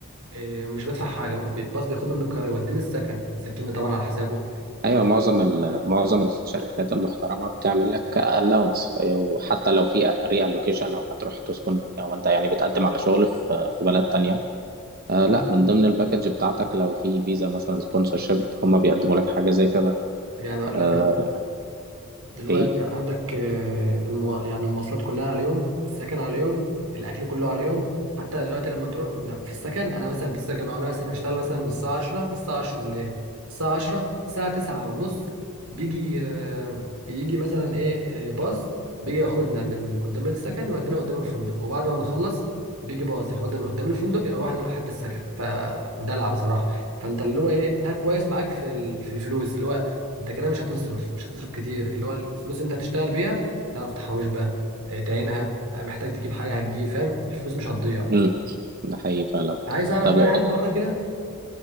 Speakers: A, on the right (about 75°); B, on the right (about 45°).
A: إيه، مش بدفع حاجه باخد الباص بياخدني من القاهره يوديني السكن سكنني طبعا على حسابه
B: أيوة معظم ال- معظم الشركات المحترمة بتعمل لك allowance وحتى لو في reallocation أو هتروح تسكن أو أنت يعني بتقدم على شغل في في بلد تانية آه
A: مم.
B: لا من ضمن الباكج بتاعتك لو في فيزا مثلا سبونسرشيب هما بيقدموا لك حاجة زي كده
A: يعني اقول
B: آه،
A: لك دلوقتي
B: إيه؟
A: عندك آه، المو... يعني المواصلات كلها عليهم السكن عليهم الاكل كله عليهم حتى دلوقتي لما تروح لا، في السكن انا مثلا في السكن وانا مثلا هشتغل مثلا من الساعه 10 للساعه 10 بالليل الساعه 10 الساعه 9 ونص بيجي آه، بيجي مثلا ايه آه، باص بيجي ياخدنا من قدام السكن يودينا قدام الفندق وبعد ما بنخلص بيجي باص ياخدنا من قدام الفندق يروحنا لحد السكن فدلع بصراحه فانت اللي هو ايه ده كويس معاك في ال- في الفلوس اللي هو انت كده مش هتصرف مش هتصرف كتير اللي هو الفلوس اللي انت هتشتغل بيها تعرف تحوش بقى آه، تعينها آه، محتاج تجيب حاجه هتجيب فاهم الفلوس مش هتضيع
B: مم. ده حقيقي فعلا
A: عايز اعرف
B: طب
A: بقى هل بره كده